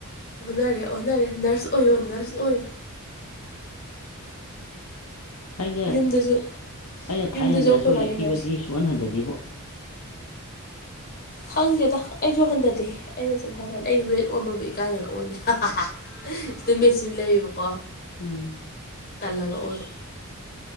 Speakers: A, on the left; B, on the left.
A: ꯑꯣꯟꯅꯔꯦ ꯑꯣꯟꯅꯔꯦ ꯅꯔꯁ ꯑꯣꯏꯌꯣ ꯅꯔꯁ ꯑꯣꯏꯌꯣ
B: ꯑꯩꯅ ꯑꯩꯅ
A: ꯌꯨꯝꯗꯁꯨ ꯌꯨꯝꯗꯁꯨ
B: ꯊꯥꯏꯅꯟꯗꯔ
A: ꯑꯩꯈꯣꯏ
B: ꯁꯣꯏꯔꯛꯈꯤꯕꯗꯤ
A: ꯕꯥꯒꯤ ꯅꯔꯁ
B: ꯁꯣꯛꯍꯟ ꯍꯟꯗꯗꯦꯕꯣ
A: ꯈꯪꯗꯦꯗ ꯑꯩꯁꯨ ꯍꯟꯊꯗꯤꯦ ꯑꯩꯅ ꯁꯨꯝ ꯍꯥꯏꯕꯅꯤ ꯑꯩ ꯋꯦꯠ ꯑꯣꯟꯕꯕꯨ ꯏꯀꯥꯏꯗꯅ ꯑꯣꯟꯗꯦ ꯃꯦꯆꯤꯟ ꯂꯩꯌꯦꯕꯀꯣ
B: ꯎꯝ
A: ꯇꯥꯜꯂꯕ ꯑꯣꯟꯕ